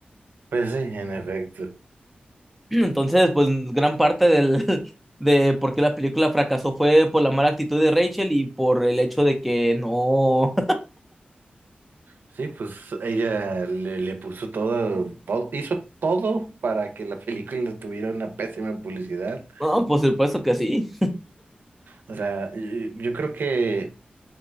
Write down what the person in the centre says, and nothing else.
<clears throat> Entonces, pues gran parte del, <laughs> de por qué la película fracasó fue por la mala actitud de Rachel y por el hecho de que no
No, por supuesto que sí.